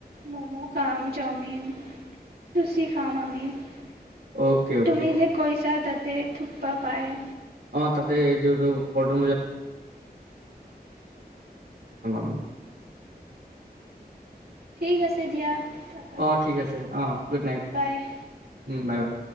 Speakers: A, on the right; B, on the right.
A: ম'ম' খাম, চাওমিন, লুচি খাম আমি অ',
B: অকে অকে
A: তুমি যে কৈছা তাত। তেই থোপ্পা পায়ে।
B: অ' তাতে এটি ৰোডৰ <inaudible> <inaudible>
A: ঠিক আছে দিয়া থাকা
B: অ' ঠিক আছে অ গুড নাইট
A: বাই
B: বাই বাই